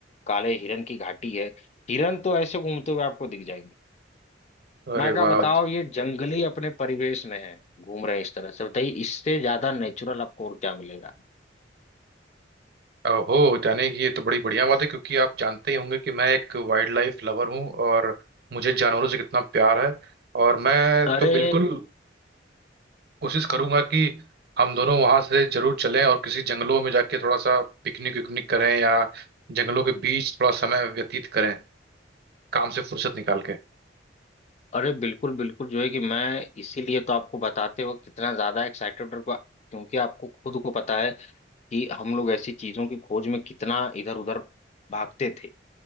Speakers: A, on the left; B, on the right.
A: काले हिरन की घाटी है हिरन तो ऐसे घूमते हुए आपको दिख जाएंगे
B: अरे
A: मैं क्या
B: वाह
A: बताओ ये जंगली अपने परिवेश में है घूम रहे हैं इस तरह से बताइए इससे ज्यादा नेचुरल आपको और क्या मिलेगा
B: ओहो यानी कि ये तो बड़ी बढ़िया बात है क्योंकि आप जानते ही होंगे कि मैं एक वाइल्ड लाइफ लवर हूँ और मुझे जानवरों से कितना प्यार है और मैं
A: अरे
B: तो बिल्कुल कोशिश करूंगा कि हम दोनों वहां से जरूर चलें और किसी जंगलों में जाके थोड़ा सा पिकनिक विकनिक करें या जंगलों के बीच थोड़ा समय व्यतीत करें काम से फुर्सत निकाल के
A: अरे बिल्कुल बिल्कुल जो है कि मैं इसीलिए तो आपको बताते वक्त इतना ज्यादा एक्साइटेड क्योंकि आपको खुद को पता है कि हम लोग ऐसी चीजों की खोज में कितना इधर उधर भागते थे